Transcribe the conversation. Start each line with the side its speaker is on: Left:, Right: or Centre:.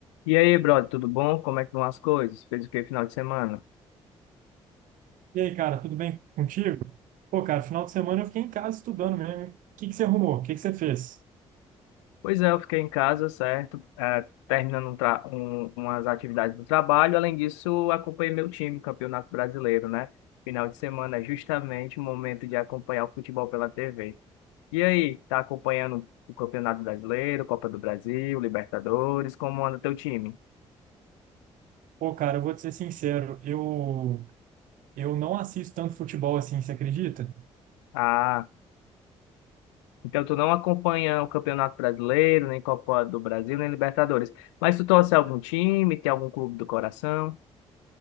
Left: E aí, brother, tudo bom? Como é que vão as coisas? Fez o que final de semana?
Right: E aí, cara, tudo bem contigo? Pô, cara, final de semana eu fiquei em casa estudando mesmo. O que que você arrumou? O que que você fez?
Left: Pois é, eu fiquei em casa, certo? Eh, terminando um tra- um- umas atividades do trabalho. Além disso, acompanhei meu time, Campeonato Brasileiro, né? Final de semana é justamente o momento de acompanhar o futebol pela TV. E aí, tá acompanhando o Campeonato Brasileiro, Copa do Brasil, Libertadores? Como anda teu time?
Right: Pô, cara, eu vou te ser sincero, eu, eu não assisto tanto futebol assim, você acredita?
Left: Ah, então tu não acompanha o Campeonato Brasileiro, nem Copa do Brasil, nem Libertadores. Mas tu torce algum time, tem algum clube do coração?